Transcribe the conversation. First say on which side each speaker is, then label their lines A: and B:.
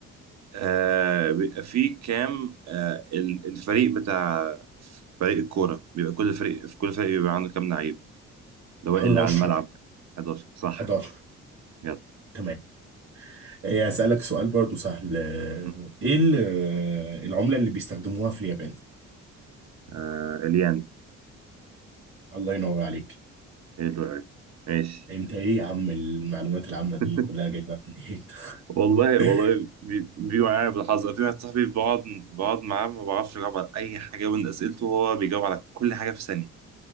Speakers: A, on the right (about 60°); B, on the right (about 45°).
A: آه بيبقى فيه كام آه ال- الفريق بتاع فريق الكورة بيبقى كل فريق في كل فريق بيبقى عنده كام لعيب اللي
B: 11
A: هو اللي على الملعب 11 صح
B: 11
A: يلا
B: تمام إيه، هسالك سؤال برضو سهل آه،
A: م.
B: ايه ال- آه، العمله اللي بيستخدموها في اليابان
A: آه، اليان
B: الله ينور عليك
A: حلو قوي ماشي
B: يعني انت ايه يا عم المعلومات العامة دي
A: <laughs>
B: كلها جايبها منين؟ <laughs>
A: والله والله بي- بيبقى معايا بالحظ في واحد صاحبي بقعد بقعد معاه ما بعرفش اجاوب على اي حاجة من اسئلته وهو بيجاوب على كل حاجة في ثانية